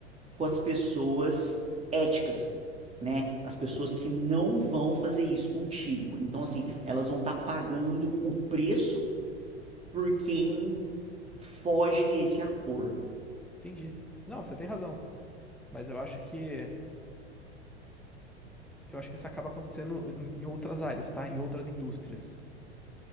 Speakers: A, on the right; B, in the centre.
A: com as pessoas éticas, né? As pessoas que não vão fazer isso contigo. Então, assim,
B: Uhum,
A: elas vão estar pagando o preço por quem foge esse acordo.
B: entendi. Não, você tem razão, mas eu acho que eu acho que isso acaba acontecendo em, em outras áreas, tá? Em outras indústrias.